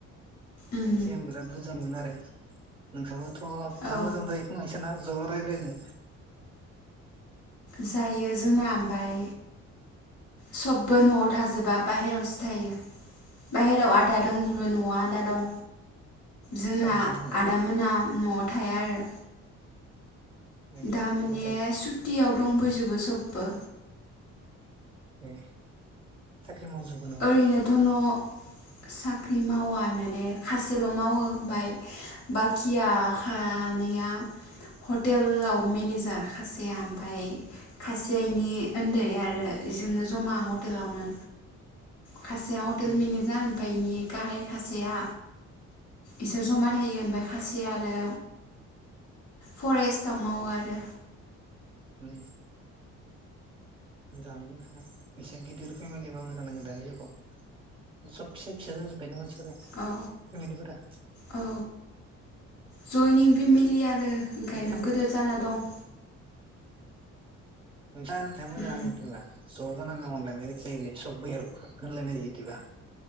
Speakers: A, on the left; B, on the right.
A: उम
B: सिगां बिराट बुरजामोन आरो। नोंसाबो थ'
A: औ
B: जा मोजां जायोखोमा ज' रायलायनो
A: जायो जोंना ओमफाय सबबो न'आव थाजोबा बाहेरावसो थायो बाहेरायाव आथा दंजोबो न'आव आथा दं। जोंना
B: साबैसे दं नोंनावलाय
A: आदामोना न'आव थाया आरो।
B: ए
A: दामाने
B: बहा थायो
A: सुटियाव दंफैजोबो सब। बो
B: ए साख ख्रि मावजोबो नामालै?
A: ओरैनोथ' न' साख्रि मावानो दे खासेल' मावो। ओमफाय बाखिया खानैया हटेलाव मेनेजार खासेया ओमफाय खासेया इनि ओन्दै आरो बेजोंनो जमा हटेलावनो। खासिया हटेल
B: उम
A: मेनेजार ओमफाय इनि गाहाय खासेया इसोर जमा थायो ओमफाय खासेया आरो फरेस्टआव मावो आरो।
B: उम मोजाङानो नोंसा एसे गिदिर फेमिलिबा मोजां नांङो दानि जुगाव सब फिसा फिसा जाजोबबायना मानसिफोरा
A: औ
B: फेमिलिफोरा
A: औ जयनिं फेमिलि आरो ओंखायनो
B: बिदि खालाम
A: गोदोर जाना दं।
B: नोंथां नोंथाङा मोजांङानो
A: उम
B: <unintelligible> ज' जानानै अनलायनाय बायदि जायोलै सबबो हेलब होनलायनाय जायो बिदिबा